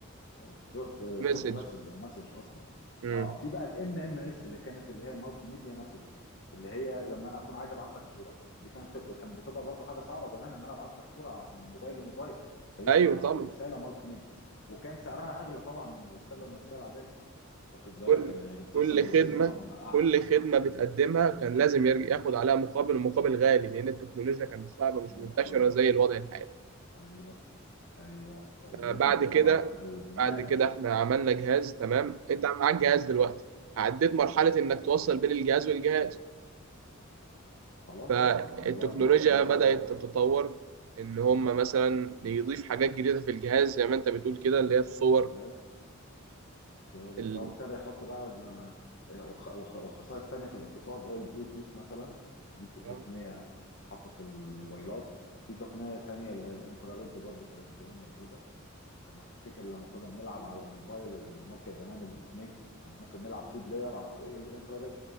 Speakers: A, on the left; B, on the right.
A: شورت
B: مسج
A: شورت مسج اصلا
B: امم
A: اه في بقى الام ام اس اللي كانت اللي هي مالتي ميديا مسج اللي هي لما انا اكون عايز ابعت لك صوره دي كانت تب- كانت بتبقى برضه حاجه صعبه زمان ان انا ابعت لك صوره من موبايل لموبايل فدي
B: ايوه
A: اسمها س-
B: طبعا
A: رساله مالتي ميديا وكان سعرها اغلى طبعا من الرساله النصيه العاديه واخد بالك
B: كل
A: كان يعني كنت بتخصم
B: كل
A: من الرصيد
B: خدمه
A: رقم اعلى
B: كل
A: يعني
B: خدمه بتقدمها كان لازم يرجع ياخد عليها مقابل ومقابل غالي لان التكنولوجيا كانت صعبه مش
A: ومقابله
B: منتشره زي الوضع الحالي
A: ايوه ايوه دلوقتي
B: آه، بعد
A: انت بتبعت
B: كده
A: البومات
B: بعد كده احنا عملنا جهاز تمام انت معاك جهاز دلوقتي عديت مرحلة انك توصل بين الجهاز والجهاز
A: خلاص
B: فالتكنولوجيا
A: لا الوايرلس برضو
B: بدأت تتطور ان هم
A: في
B: مثلا يضيف حاجات جديدة في الجهاز زي ما انت بتقول كده اللي هي الصور
A: الجهاز الصور وبتاع
B: ال...
A: وابتدى يحط بقى انا وخ- وخ- وخصائص تانية في الاتصال زي البلوتوث مثلا دي ت- تقنية
B: آه،
A: اتحطت في الموبايلات في تقنية تانية اللي هي الانفراريد برضو كانت زمان موجودة لو تفتكر لما كنا بنلعب على الموبايل النوكيا زمان السنيك كان ممكن نلعب تو بلاير عن طريق الانفراريد